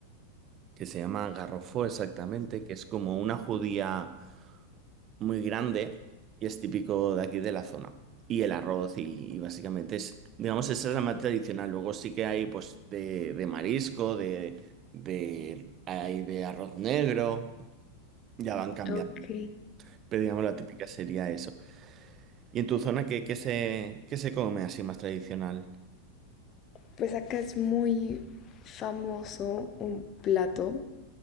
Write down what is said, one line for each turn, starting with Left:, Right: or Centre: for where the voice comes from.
Right: que se llama garrofó exactamente, que es como una judía muy grande y es típico de aquí de la zona. Y el arroz y, y básicamente es, digamos, esa es la más tradicional. Luego sí que hay pues de, de marisco, de, de, hay de arroz negro, ya van cambiando.
Left: ok.
Right: Pero digamos la típica sería eso. ¿Y en tu zona qué, qué se, qué se come así más tradicional?
Left: Pues acá es muy famoso un plato